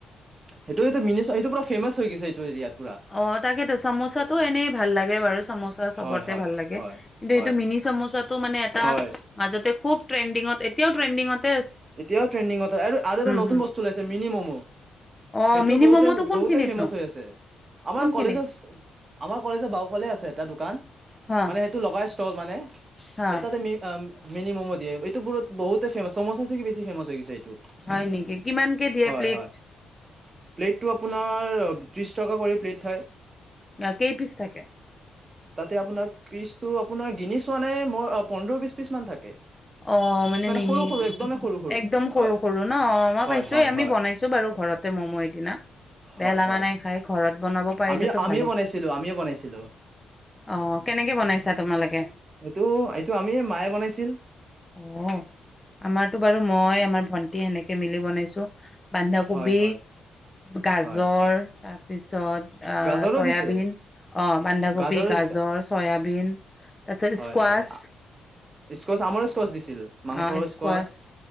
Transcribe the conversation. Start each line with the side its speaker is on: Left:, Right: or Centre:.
Right: সেইটোটো ম সেইটো পুৰা ফেমচ হৈ গৈছে এইটো <inaudible> <unintelligible>
Left: অ তাকেতো চামোচাটো এনেই ভাল লাগে বাৰু চামোচা চবতে
Right: হয় হয়
Left: ভাল লাগে
Right: হয়
Left: কিন্তু এইটো
Right: হয়
Left: মিনি চামুচা টো মানে এটা
Right: হয়
Left: মাজতে খুব ট্ৰেণ্ডিঙত এতিও ট্ৰেণ্ডিঙত
Right: এতিয়াও ট্ৰেণ্ডিঙত আৰু এটা নতুন
Left: হুম।
Right: বস্তু ওলাইছে মিনি ম'মো
Left: অ',
Right: সেইটোও
Left: মিনি
Right: বহুতে
Left: ম'ম'টো কোনখিনিতনো
Right: বহুতে ফেমাচ হৈ আছে আমাৰ
Left: কোনখিনিত
Right: কলেজৰ আমাৰ কলেজৰ বাওফালে আছে এটা দোকান
Left: হা
Right: মানে সেইটো লগা ত মানে
Left: হা
Right: সেই তাতে মিনি ম'মো দিয়ে এইটোৰত বহুতে ফেমা চমো বেছি ফেমাচ হৈ গৈছে এইটো
Left: হয় নেকি কিমানকে দিয়ে
Right: হয়
Left: প্লেট
Right: হয় প্লেটটো আপোনাৰ ত্ৰিশ টকা কৰি প্লেট ঠাই
Left: অ কেই পিচ থাকে
Right: তাতে আপোনাৰ পিচটো আপোনাৰ কিনি চোৱা নাই মোৰ পোন্ধৰ বিশ পিচ মান থাকে
Left: অ মানে মিনি
Right: সৰু সৰু একদমেই সৰু সৰু
Left: একদম সৰু
Right: হয়
Left: সৰু ন অ মই
Right: হয়
Left: পাইছোই
Right: হয়
Left: আমি
Right: হয়
Left: বনাইছো বাৰু ঘৰতে মম' সেদিনা বেয়া
Right: হয়
Left: লগা
Right: হয়
Left: নাই খাই ঘৰত বনাব পাৰিলেতো
Right: আমি আমিয়ে
Left: ভালেই
Right: বনাইছিলো আমিয়ে বনাইছিলো
Left: অ কেনেকে বনাইছা? তোমালোকে
Right: সেইটো এইটো আমি মায়ে বনাইছিল
Left: অ আমাৰতো বাৰু মই আমাৰ ভন্টি এনেকে মিলি বনাইছো বন্ধাকবি
Right: হয় হয়
Left: গাজৰ
Right: হয়
Left: তাৰপিছত
Right: গাজৰো
Left: চয়াবিন
Right: দিছে
Left: অ বন্ধাকবি
Right: গাজৰো
Left: গাজৰ
Right: দিছে
Left: চয়াবিন তাৰপিছত
Right: হয়
Left: স্কোৱাছ
Right: হয় স্কচ আমৰো স্কচ দিছিল মাংস
Left: অ ইস্কছ,
Right: স্কচ
Left: অ